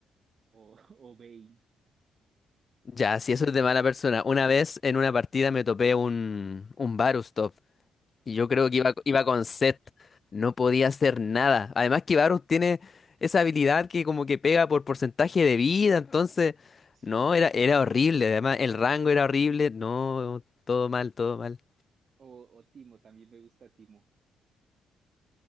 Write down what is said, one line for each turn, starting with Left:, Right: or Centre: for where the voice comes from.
Right: o, <laughs> o Vayne,
Left: Ya, si eso es de mala persona. Una vez en una partida me topé un, un Varus top. Y yo creo que iba, iba con Seth. No podía hacer nada. Además que Varus tiene esa habilidad que como que pega por porcentaje de vida. Entonces,
Right: sí.
Left: no, era, era horrible. Además, el rango era horrible. No, todo mal, todo mal.
Right: O, o Timo, también me gusta Timo.